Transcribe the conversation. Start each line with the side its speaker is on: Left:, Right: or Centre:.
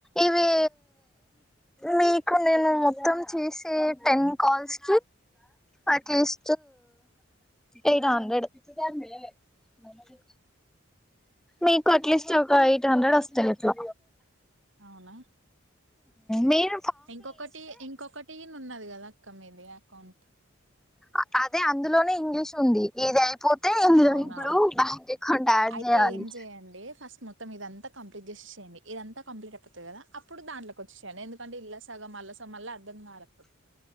Centre: ఇవి మీకు నేను మొత్తం చేసే టెన్ కాల్స్ అకేస్ ఎ హండ్రెడ్ పిచ్చిందనివే మ మీకు అట్లీస్ట్ ఒక ఎయిట్ హండ్రెడ్ వస్తాయి అట్లా
Right: అవునా
Centre: మేన్
Right: ఇంకొకటి ఇంకొకటి ఉన్నది కదా అక్క మీది అకౌంట్
Centre: అఆద్ ఇందులోనే ఇంగ్లీష్ ఉంది ఇది అయిపోతే ఇందులో
Right: అవునా
Centre: ఇప్పుడు బ్యాంక్ అకౌంట్ అడ్
Right: అయితే
Centre: చేయాలి
Right: ఏం చేయండి ఫస్ట్ మొత్తం ఇదంతా కంప్లీట్ చేసేసేయండి ఇదంతా కంప్లీట్ అయిపోతతుంది కదా అప్పుడు దాంట్కి వచ్చేయండి ఎందుకంటే ఇల్లా సగ మళ్ళ స మళ్ళీ అర్థం కాలప్పుడు